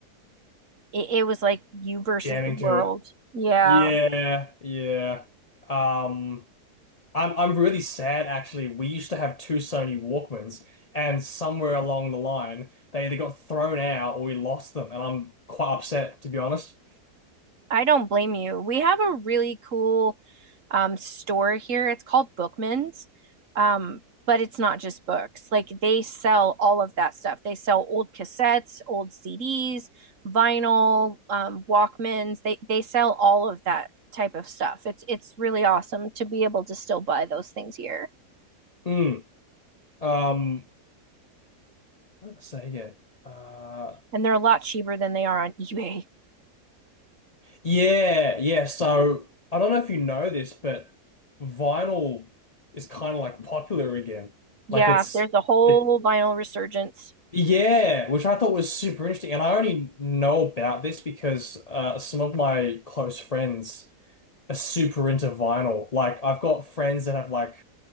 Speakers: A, on the right (about 50°); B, on the left (about 85°).
A: it, it was like you versus
B: Jamming
A: the world.
B: to it.
A: Yeah.
B: Yeah, yeah. Um, I'm I'm really sad actually. We used to have two Sony Walkmans, and somewhere along the line, they either got thrown out or we lost them, and I'm quite upset to be honest.
A: I don't blame you. We have a really cool um, store here. It's called Bookman's, um, but it's not just books. Like they sell all of that stuff. They sell old cassettes, old CDs, vinyl, um, Walkmans. They they sell all of that type of stuff. It's it's really awesome to be able to still buy those things here,
B: Mm. Um, what did I say here? Uh,
A: and they're a lot cheaper than they are on eBay.
B: yeah, yeah. So I don't know if you know this, but vinyl is kind of like popular again.
A: Yeah,
B: Like it's
A: there's a whole
B: it,
A: vinyl resurgence.
B: yeah, which I thought was super interesting, and I only know about this because uh, some of my close friends. are super into vinyl. Like I've got friends that have like